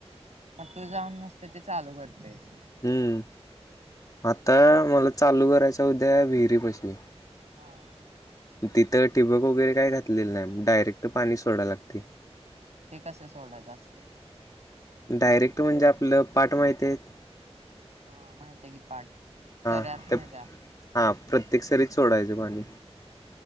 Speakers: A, on the right (about 90°); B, on the left (about 30°).
A: मग तू जाऊन नुसता ते चालू करतयस
B: हम्म आता मला चालू करायचं उद्या विहिरीपशी
A: हा..
B: तिथं टिबक वगैरे काय घातलेलं नाही डायरेक्ट पाणी सोडाय लागतय.
A: ते कसं सोडायचं असतय
B: डायरेक्ट म्हणजे आपलं पाठ माहिती आहेत?
A: हा माहितय की पाठ
B: हा
A: सऱ्यात न
B: ते
A: त्या
B: हा प्रत्येक सरीत सोडायचं पाणी